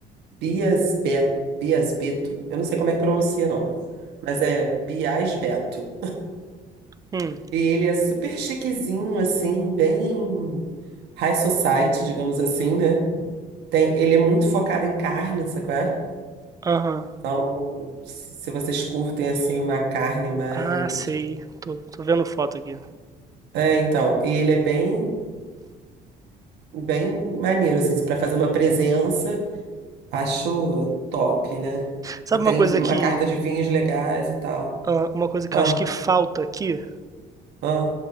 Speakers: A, on the right; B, on the right.
A: Bias Beto, Bias Beto. Eu não sei como é que pronuncia, não, mas é Bias Beto.
B: Hum,
A: E ele é super chiquezinho, assim, bem high society, digamos assim, né? Tem, ele é muito focado em carne, sabe qual é?
B: aham.
A: Então, se se vocês curtem, assim, uma carne mais...
B: Ah, sei. Tô, tô vendo foto aqui.
A: É, então, e ele é bem Bem maneiro, assim, para fazer uma presença, acho top, né?
B: Sabe
A: E tem
B: uma coisa
A: uma
B: que,
A: carta de vinhos legais e tal.
B: ah, uma coisa que
A: Ah,
B: eu acho que falta aqui?
A: ah,